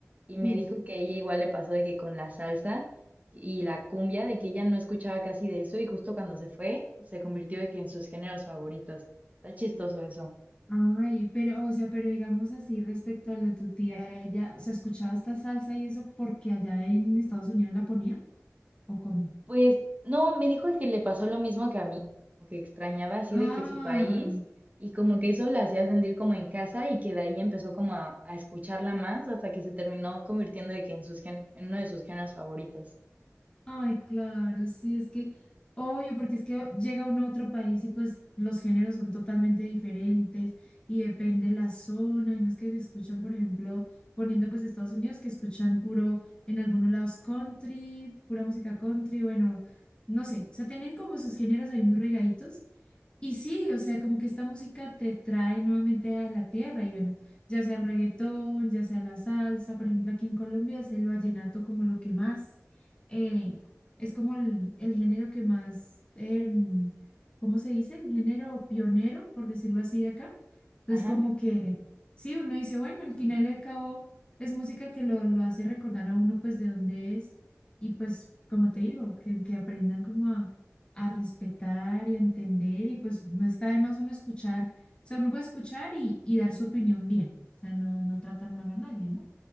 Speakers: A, on the right; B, on the left.
A: y me
B: sí.
A: dijo que a ella igual le pasó de que con la salsa y la cumbia, de que ella no escuchaba casi de eso y justo cuando se fue se convirtió de que en sus géneros favoritos. Está chistoso eso.
B: Ay, pero, o sea, pero digamos así respecto a lo de tu tía, ella, o sea, escuchaba esta salsa y eso porque allá en Estados Unidos la ponía, ¿o cómo?
A: Pues no, me dijo que le pasó lo mismo que a mí, como que extrañaba así
B: Ah,
A: de que su país y como que eso la hacía sentir como en casa y que de ahí empezó como a, a escucharla más hasta que se terminó convirtiendo de que en, sus gen- en uno de sus géneros favoritos.
B: Ay, claro, sí, es que, obvio, porque es que llega uno a otro país y pues los géneros son totalmente diferentes y depende la zona, y no es que se escuchan, por ejemplo, poniendo pues Estados Unidos, que escuchan puro, en algunos lados country, pura música country, bueno, no sé, o sea, tienen como sus géneros ahí muy regaditos. Y sí, o sea, como que esta música te trae nuevamente a la tierra y bueno, ya sea el reggaetón, ya sea la salsa, por ejemplo, aquí en Colombia es el vallenato como lo que más. eh, es como el, el género que más, em, ¿cómo se dice? El género pionero, por decirlo así de acá. Entonces,
A: Ajá,
B: como que, sí, uno dice, bueno, al final y al cabo es música que lo, lo hace recordar a uno pues de dónde es y pues, como te digo, que, que aprendan como a, a respetar y a entender y pues no está de más uno escuchar, o sea, uno puede escuchar y, y dar su opinión bien, o sea, no, no tratar mal a nadie, ¿no?